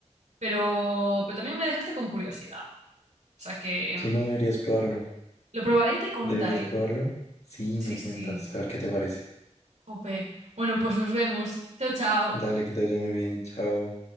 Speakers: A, on the right; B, on the left.
A: pero, pero también me dejaste con curiosidad. O sea que
B: Si no, deberías probarlo.
A: lo probaré y te contaré.
B: Deberías probarlo. Sí,
A: Sí,
B: me cuentas.
A: sí,
B: A ver qué te parece.
A: jope. Bueno, pues nos vemos. Chao, chao.
B: Dale, que te vaya muy bien. Chao.